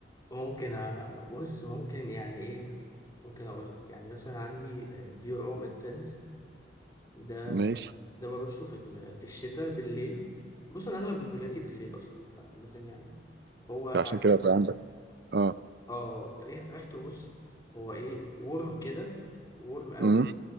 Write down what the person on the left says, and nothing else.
ممكن أ- بص ممكن يعني ايه ممكن اقول لك يعني مثلا عندي ديور اوم انتنس ده
ده برشه في ال- في الشتاء بالليل بص انا اغلب نزولاتي بالليل اصلا فعامة يعني هو عارف
انت
اه ريح- ريحته بص هو ايه ورم كده ورم قوي